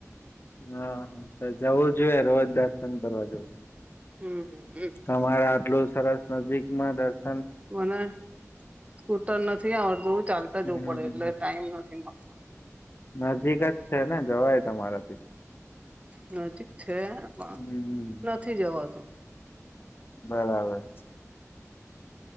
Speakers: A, on the left (about 45°); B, on the right (about 25°).
A: હા હા તો જવું જોઈએ રોજ દર્શન કરવા જવું.
B: હમ હમ હમ.
A: તમારા આટલું સરસ નજીક માં દર્શ
B: મને સ્કૂટર નથી આવડતું ચાલતા
A: હમ
B: જવું પડે એટલે ટાઈમ નથી મળતો.
A: નજીક જ છે ને જવાય તમારે.
B: નજીક છે પણ
A: હમ
B: નથી જવાતું.
A: બરાબર.